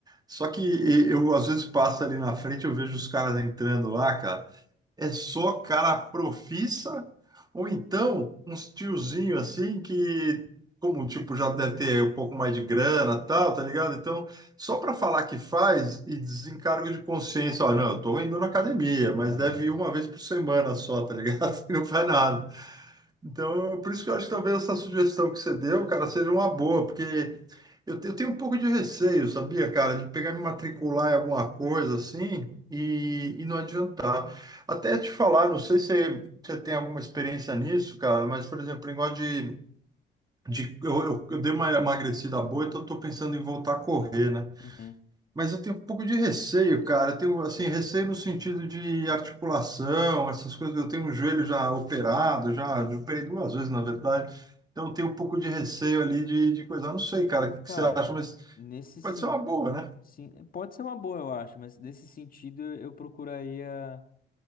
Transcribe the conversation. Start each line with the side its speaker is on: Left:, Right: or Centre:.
Right: Só que e- eu às vezes passo ali na frente, eu vejo os caras entrando lá, cara. é só cara profissa, ou então uns tiozinho assim que, como tipo, já deve ter um pouco mais de grana tal, tá ligado? Então, só para falar que faz e desencargo de consciência, ó, não, eu tô indo na academia,
Left: Aham.
Right: mas deve ir uma vez por semana só, tá ligado? <laughs> Não faz nada. Então, por isso que eu acho que talvez essa sugestão que você deu, cara, seja uma boa, porque eu, te- eu tenho um pouco de receio, sabia, cara, de pegar e me matricular em alguma coisa assim e, e não adiantar. Até te falar, não sei se você você tem alguma experiência nisso, cara, mas, por exemplo, o negócio de, de eu, eu, eu dei uma emagrecida boa, então eu tô pensando em voltar a correr, né?
Left: Uhum.
Right: Mas eu tenho um pouco de receio, cara. Eu tenho, assim, receio no sentido de articulação, essas coisas. Eu tenho um joelho já operado, já já operei duas vezes, na verdade. Então, eu tenho um pouco de receio ali de, de coisa. Eu não sei, cara, o que, que
Left: Cara,
Right: você acha, mas
Left: nesse sim,
Right: pode ser uma boa, né?
Left: sim, pode ser uma boa, eu acho, mas nesse sentido eu procuraria.